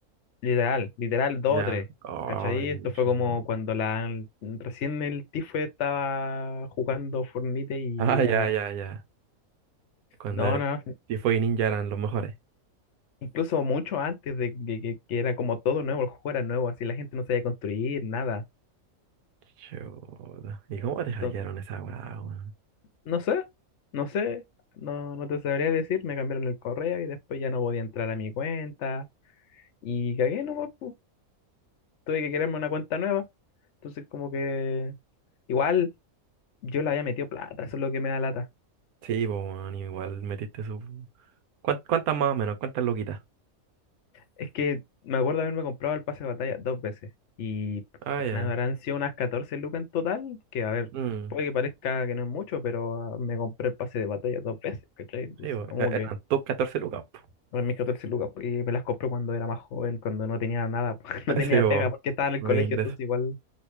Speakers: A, on the left; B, on the right.
A: Literal, literal dos
B: Ya.
A: o 3.
B: Oh,
A: ¿Cachai?
B: brígido.
A: Esto fue como cuando la recién el Tifue estaba jugando Fortnite y
B: Ah,
A: era.
B: ya, ya, ya. Cuando
A: No, no,
B: Tifo y Ninja eran los mejores.
A: Incluso mucho antes de que, que- que era como todo nuevo, el juego era nuevo, así la gente no sabía construir nada.
B: Chuta. ¿Y cómo te
A: Entonces,
B: hackearon esa weá, weón?
A: no sé, no sé, no, no te sabría decir, me cambiaron el correo y después ya no podía entrar a mi cuenta y cagué nomás, pu. Tuve que crearme una cuenta nueva. Entonces como que igual yo le había metido plata, eso es lo que me da lata.
B: Sí, pues, weón, igual metiste su... ¿Cuán- ¿Cuántas más o menos? ¿Cuántas loquitas?
A: Es que me acuerdo haberme comprado el pase de batalla dos veces y
B: Ah,
A: pues,
B: ya.
A: nada, habrán sido unas 14 lucas en total, que a ver,
B: Mm,
A: puede que parezca que no es mucho, pero ah, me compré el pase de batalla dos veces, ¿cachai? Entonces
B: sí, pues,
A: como
B: e-
A: que
B: eran tus 14 lucas, po.
A: eran mis 14 lucas pues, y me las compré cuando era más joven, cuando no tenía nada, <laughs> porque no
B: <laughs>
A: tenía
B: Sí, pues,
A: pega, porque estaba en el
B: no
A: colegio,
B: había ingreso.
A: entonces igual